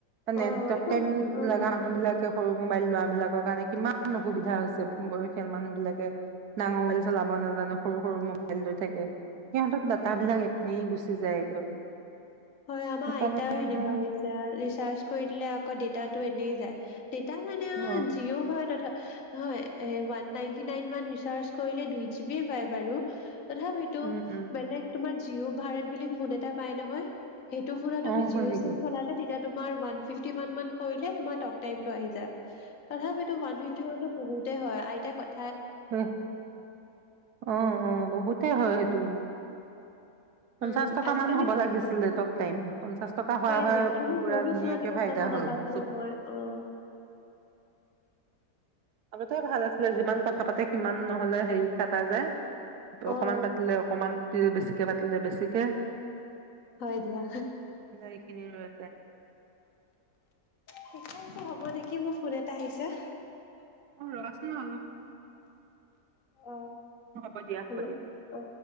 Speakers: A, on the right (about 80°); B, on the left (about 60°).
A: নেট
B: অ
A: টক
B: এইটো
A: টাইম
B: উম
A: লগা মানুহ বিলাকে সৰু মোবাইল লোৱা বিলাকৰ কাৰণে কিমান অসুবিধা হৈছে বয়সীয়াল মানুহ বিলাকে ডাঙৰ মআইল চলাব নাজানে সৰু সৰু মোবাইল লৈ থাকে সিহঁতৰ দাটাবিলাক এনেই গুচি- যায়গৈ
B: হয় আমাৰ
A: সেইকাৰণে
B: আইতা
A: মানে
B: সেনেকোৱা হৈছে ৰিচাৰ্চ কৰি দিলে আকৌ ডেতাটো এনেই যায় ডেটা মানে
A: অ
B: আ জিঅ' হয় তথা হয় উৱান নাইনটি নাইনৰ ৰিচাৰ্জ কৰিলে দুই জিবিয়ে পায় বাৰু তথাপিতো
A: উম উম
B: বেলেগ তোমাৰ জিঅ' ভাৰত বুলি ফোন এটা পাই নহয় সেইটো ফোনত তুমি
A: অ
B: জিঅ'
A: হয় নেকি
B: চিম চলালে তেতিয়া তোমাৰ ওৱান ফিফটি ওৱান মান কৰিলে তোমাৰ টক টাইম টো আহি যায়। তথাপিতো মানুহ <unintelligible> বহুত হয় আইতাই কত
A: উ অ অ বহুতে হয় সেইটো পঞ্চাশ
B: উম,
A: টকা
B: আজিকালি
A: মান হব লাগিছিলে
B: অ'
A: টক টাইম পঞ্চাশ টকা হোৱা হয়
B: দিয়া কিন্তু
A: পুৰা
B: ময়ো
A: ধুনীয়াকে
B: ফোনত ইমান
A: ফাইদা
B: কথা
A: হল
B: নাপাতো
A: হয় চব-
B: নহয় অ',
A: আগতে ভাল আছিলে যিমান কথা পাতে সিমান নহলে হেৰি কাটা যায়
B: অ'।
A: অকমান পাতিলে অকমান বেছিকে পাতিলে বেছিকে
B: হয় দিয়া
A: এইখিনি ৰৈ যায়
B: ঠিকে আছে হ'ব দেকি মোৰ ফোন এটা আহিছে এতিয়া
A: অ ৰ চোন অলপ
B: অ
A: হ'ব দিয়া হ'ব
B: হেল্ল'
A: দিয়া
B: অ